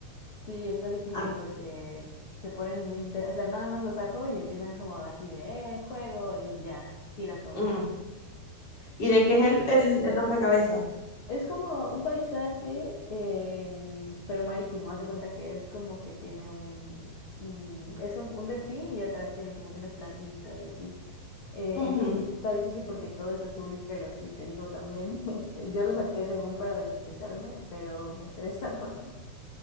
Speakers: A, on the left (about 45°); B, on the left (about 25°).
A: Sí, está difícil
B: Ah,
A: porque se ponen muy intensos, o sea, nada más los saco y empiezan como así de, eh, juego y ya, tiran todo.
B: mm. ¿Y de qué es el, el, el rompecabezas?
A: Es como un paisaje, em, pero marítimo. Haz de cuenta que es como que tiene un, mm, es un, un delfín y atrás tiene como que unas plantitas y así. Eh,
B: Ujú.
A: entonces está difícil porque todo es azul, pero sí, te digo también, <laughs> este, yo lo saqué según para desestresarme, pero me estresa <laughs> más.